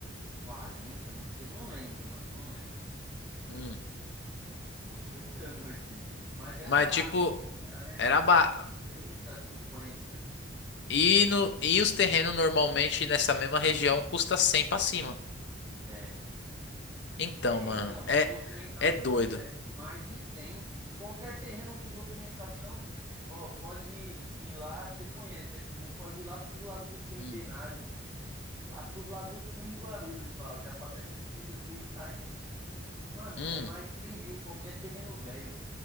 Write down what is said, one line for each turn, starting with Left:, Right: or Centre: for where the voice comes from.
Right: 40, não sei, não lembro, mano, não lembro.
Left: Hum.
Right: Tô chutando aqui. Mas era
Left: Mas
Right: baixo,
Left: tipo,
Right: assim, era nessa
Left: era
Right: faixa,
Left: ba...
Right: trinta cinquenta.
Left: E, no, e os terrenos normalmente nessa mesma região custa 100 pra cima.
Right: É.
Left: Então,
Right: É,
Left: mano,
Right: então,
Left: é,
Right: com documentação
Left: é doido.
Right: é mais de 100. Qualquer terreno com documentação, ó, pode ir lá, você conhece aqui, né? Pode ir lá para os lados do Centenário,
Left: Hum.
Right: lá para os lados do fim de Guarulhos, lá, ó, já fazendo divisa com o Itaim. Mano,
Left: Hum,
Right: é mais de 100 mil qualquer terreno velho.